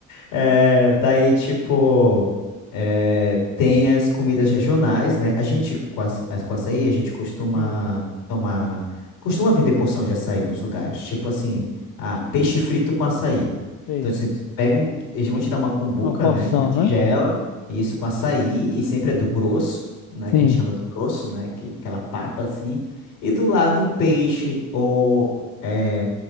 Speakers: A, on the left; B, on the left.
A: É, daí, tipo, é, tem as comidas regionais, né? A gente, com, aç- com açaí, a gente costuma
B: Hum,
A: tomar. Costuma vender porção de açaí nos lugares. Tipo assim, ah, peixe frito com açaí.
B: sei.
A: Então, se tu pega, um- eles vão te dar uma cumbuca,
B: Uma porção,
A: né? Uma tigela,
B: né?
A: e isso com açaí, e sempre é do grosso, né?
B: Sim.
A: Que a gente chama do grosso, né? Que, aquela papa assim. E do lado um peixe ou. é,